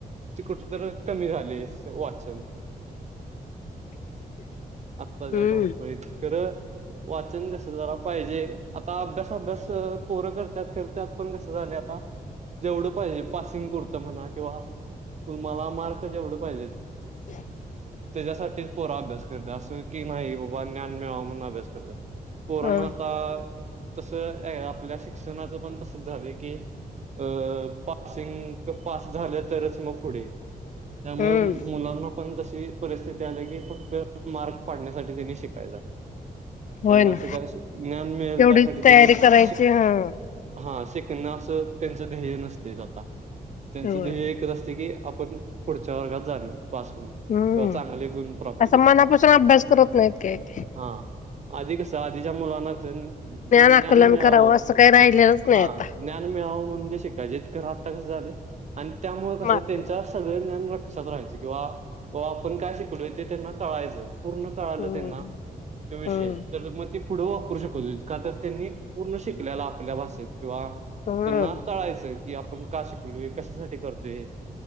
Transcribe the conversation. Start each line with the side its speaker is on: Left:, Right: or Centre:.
Right: तिकट तर कमी झाले वाचन आत्ताच्याधव
Left: हम्म
Right: पळीतकर वाचन कसं झालं पाहिजे आता अभ्यास अभ्यास पोरं करतात करतत पण कसं झालं आता जेवढं पाहिजे पासिंग पुरतं म्हणा किंवा तु मला मार्क जेवढं पाहिजे
Left: हो
Right: त्याच्यासाठीच पोरा अभ्यास करत असं की नाही बाबा ज्ञान मिळावं म्हणून अभ्यास करत कोरोना
Left: हा
Right: आता तस आपल्या शिक्षणाच पण तसच झालं की अ पासिंग पास झालं तरच मग पुढे त्यामुळे
Left: हम्म
Right: मुलांना पण तशी परिस्थिती आली की फक्त मार्क पाडण्यासाठी त्यांनी शिकायचा
Left: होय
Right: त्यांना
Left: ना
Right: असं काय ज्ञान मिळेल
Left: तेवढीच
Right: त्यासाठी
Left: तयारी
Right: त्यांनी शिक
Left: करायची हा.
Right: हा शिक त्यांना अस त्यांच ध्येय नसते आता त्यांच
Left: होय.
Right: ध्येय एकच असते की आपण पुढच्या वर्गात झाली पासून किंवा
Left: हम्म
Right: चांगले गुण प्राप्त
Left: असं
Right: करून
Left: मनापासून अभ्यास करत नाहीत काय ते.
Right: हा आधी कसं आधीच्या मुलांना क ज्ञान
Left: आकलन
Right: मिळावं
Left: करावं असं काही राहिलेलंच नाही
Right: हा
Left: आता
Right: ज्ञान मिळावं म्हणजे शिकायचें झा आणि त्यामुळे कस
Left: मार्केट
Right: त्यांच्या सगळ जान लक्षात राहायचं किंवा आपण काय शिकलो ते त्यांना कळायचं पूर्ण काळालं
Left: हम्म.
Right: ते ना तो विषय
Left: हम्म
Right: तर मग ते पुढे वापरू शकत का तर त्यांनी पूर्ण शिकलेला आपल्या भाषेत किंवा
Left: हम्म
Right: त्यांना कळायचंय कि आपण का शिकलोय कशासाठी करतोय